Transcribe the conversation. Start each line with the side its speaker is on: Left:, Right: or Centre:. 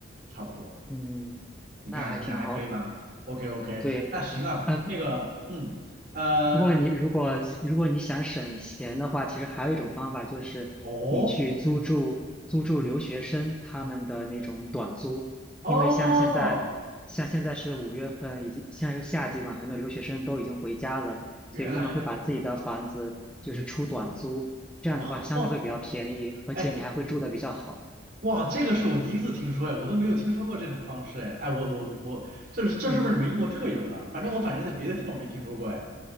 Right: 差不多。
Centre: 嗯，
Right: 你看怎么样？
Centre: 那还挺好的。
Right: 还可以吧？OK OK，
Centre: 对，
Right: 那行啊，
Centre: 啊、
Right: 那个嗯呃
Centre: 不过你如果如果你想省钱的话，其实还有一种方法就是你去租住租住留学生他们的那种短租，
Right: 哦哦，
Centre: 因为像现在像现在是五月份，已经在是夏季嘛，很多留学生都已经回家了，
Right: 原来如此。
Centre: 所以他们会把自己的房子就是出短租，这样的话相对会比较便宜，
Right: 哦，
Centre: 而且你还会住的比较好。
Right: 哎，哇，这个是我第一次听说哎，我都没有听说过这种方式哎，哎，我我我，这是这是不是你们英国特有的啊反正我反正在别的地方没听说过哎，
Centre: 嗯。